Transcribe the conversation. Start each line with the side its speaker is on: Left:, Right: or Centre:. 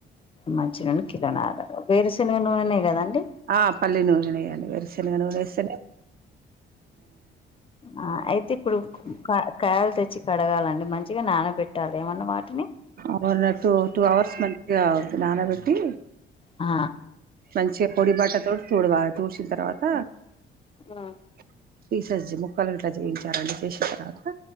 Left: మంచి నుూనె కిలో నర వేర శనగ నూననే కదండి
Right: ఆ పల్లి నూనె నె ఎయ్యాలి వెరుసెనగ నూనేస్తె నే
Left: ఆ అయితే ఇప్పుడు కా కాయలు తెచ్చి కడగాలండి మంచిగా నానబె పెట్టల ఏమన్న వాటిని
Right: అవున టూ టూ అవర్స్ మంచిగా నానబెట్టి
Left: ఆ
Right: మంచిగ పొడి బట్ట తోని తోడవాలి తూడ్చిన తర్వాత
Left: ఆ
Right: <unintelligible> ముక్కలు ఇట్లా చేయించారని చేసిన తర్వాత